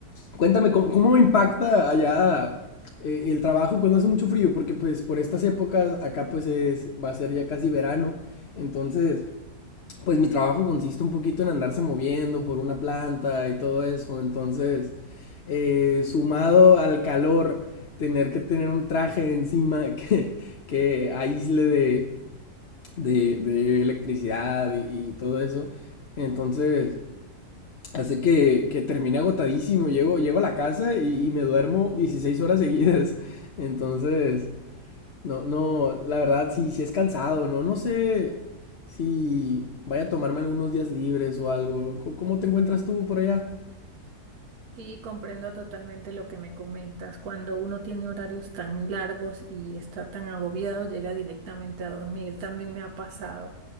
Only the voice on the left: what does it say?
cuéntame, ¿cómo, cómo impacta allá eh, el trabajo cuando hace mucho frío? Porque pues por estas épocas acá pues es, va a ser ya casi verano. Entonces, pues mi trabajo consiste un poquito en andarse moviendo por una planta y todo eso. Entonces, eh, sumado al calor, tener que tener un traje encima <laughs> que, que aísle de, de, de electricidad y, y todo eso. Entonces, hace que, que termine agotadísimo. Llego, llego a la casa y, y me duermo 16 horas <laughs> seguidas. Entonces, no, no, la verdad sí, sí es cansado, ¿no? No sé si vaya a tomarme algunos días libres o algo. Co- ¿Cómo te encuentras tú por allá?